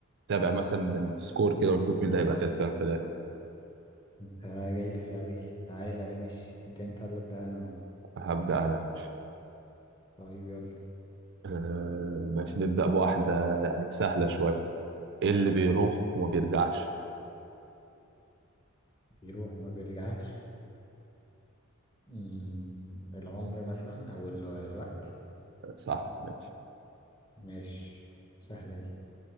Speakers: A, on the right; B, on the left.
A: نتابع مثلا السكور كده ونشوف مين اللي هيبقى كسبان في الاخر
B: آه، جاي لي في لعبتي تعالى ماشي تبدأ انت ولا ابدأ انا اهو
A: هبدأ انا ماشي
B: طيب يلا
A: آه ماشي نبدأ بواحدة يعني سهلة شوية ايه اللي بيروح وما بيرجعش
B: بيروح وما بيرجعش مم، العمر مثلا او ال- الوقت
A: آه، صح ماشي
B: ماشي سهلة دي